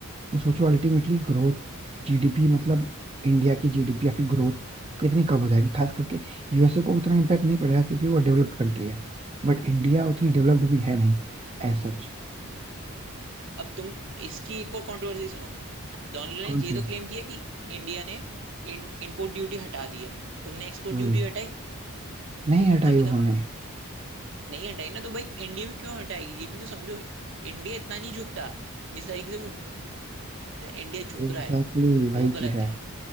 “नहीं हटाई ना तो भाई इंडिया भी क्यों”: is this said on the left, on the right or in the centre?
Right